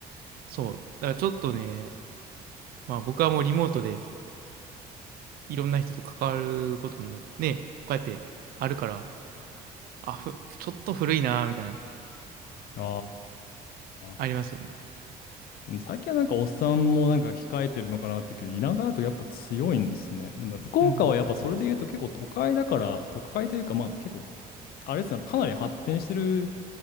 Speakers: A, on the right; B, on the left.
A: う、そう。だからちょっとね、まあ僕はもうリモートでいろんな人と関わることもね、こうやってあるから、あ、ふ、ちょっと古いな、みたいな、
B: あ
A: ありますよね。
B: ー。でも最近はなんかおっさんもなんか控えてるのかなっていうけど、田舎だとやっぱ強いんですね。でも福岡はやっぱそれで言うと結構都会だから、
A: うん。
B: 都会というかまあ結構、あれですね、かなり発展してる